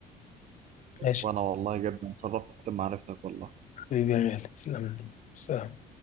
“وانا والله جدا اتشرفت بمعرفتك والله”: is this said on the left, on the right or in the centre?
Right